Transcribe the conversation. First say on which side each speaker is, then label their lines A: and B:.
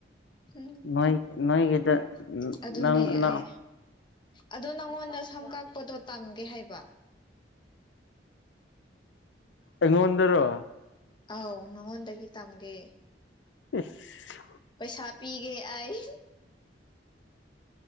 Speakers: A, on the left; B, on the left.
A: ꯎꯝ
B: ꯅꯣꯏ ꯅꯣꯏꯒꯤꯗ
A: <unintelligible> ꯑꯗꯨꯅꯦ
B: ꯅꯪ ꯅꯪ
A: ꯑꯩ ꯑꯗꯣ ꯅꯪꯉꯣꯟꯗ ꯁꯝ ꯀꯥꯛꯄꯗꯣ ꯇꯝꯒꯦ ꯍꯥꯏꯕ
B: ꯑꯩꯉꯣꯟꯗꯔꯣ
A: ꯑꯥꯎ ꯅꯉꯣꯟꯗꯒꯤ ꯇꯝꯒꯦ
B: ꯏꯁ
A: ꯄꯩꯁꯥ ꯄꯤꯒꯦ ꯑꯩ